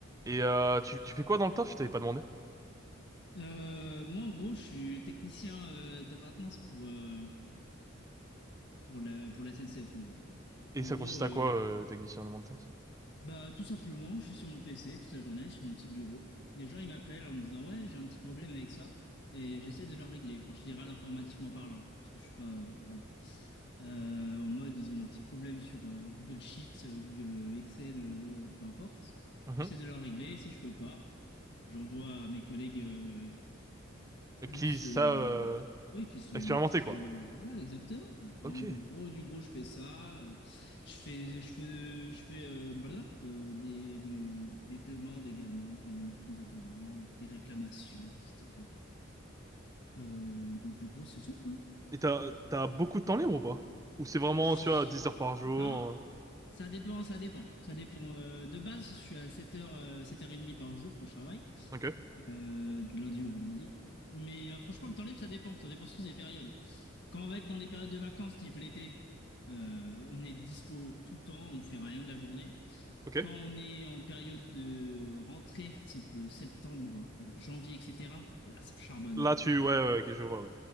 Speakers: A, on the right (about 15°); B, on the left (about 60°).
A: Et euh, tu, tu fais quoi dans le taf? Je t'avais pas demandé.
B: Euh, moi, en gros, je suis technicien euh, de maintenance pour, euh, pour la, pour la SNCF, en gros.
A: Et
B: En
A: ça
B: gros,
A: consiste à
B: euh,
A: quoi, euh, technicien de maintenance?
B: bah, tout simplement, je suis sur mon PC toute la journée, sur mon petit bureau. Les gens, ils m'appellent en me disant, ouais, j'ai un petit problème avec ça. Et j'essaie de leur régler, en général informatiquement parlant, parce que je suis pas, euh, voilà. Euh, en mode, ils ont un petit problème sur euh, Google Sheets, euh, Google euh, Excel, euh, peu importe.
A: Mhm.
B: J'essaie de leur régler, si je peux pas, j'envoie à mes collègues euh, plus
A: Qui ça
B: euh,
A: euh,
B: oui qui sont
A: expérimenté
B: qui sont
A: quoi.
B: dans leur voilà exactement en
A: Ok.
B: gros
A: Et
B: du gros je fais ça euh, je fais je fais je fais euh, blablap, euh, des, des des demandes également quand ils nous font des demandes des réclamations etc Euh, en gros du gros c'est tout quoi
A: t'as t'as beaucoup de temps libre ou pas? Ou c'est vraiment,
B: Phi.
A: tu vois, dix heures par jour?
B: Bah, ça dépend, ça dépend. Ça dépend. Euh, de base, je suis à sept heures, euh, 7h30 par jour que je travaille,
A: euh, Ok,
B: euh, du lundi au vendredi. Mais euh, franchement, le temps libre, ça dépend. Ça dépend surtout des périodes. Quand on va être dans des périodes de vacances, type l'été, euh, on est dispo tout le temps, on fait rien de la journée.
A: ok.
B: Quand on est en période de rentrée, type euh, septembre, euh, janvier, etc., là, ça charbonne.
A: Là tu ouais ouais, ok, je vois ouais.